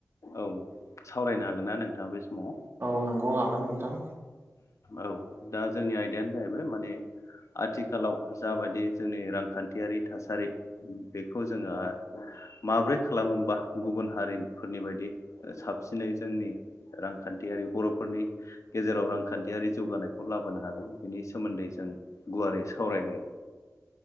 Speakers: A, on the left; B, on the right.
A: औ सावरायनो हागोन ना नोंथाङा बे समाव
B: नोंगौ हागोन नोंथां
A: औ दा जोंनि आयदायानो जाहैबाय माने आथिखालाव जाबायदि जोंनि रांखान्थियारि थासारि बेखौ जोङो माब्रै खालामोबा गुबुन हारिनिफोरनि बायदि साबसिनै जोंनि रांखान्थियारि बर'फोरनि गेजेराव रांखान्थियारि जौगानायखौ लाबोनो हागोन बिनि सोमोन्दै जों गुवारै सावरायनो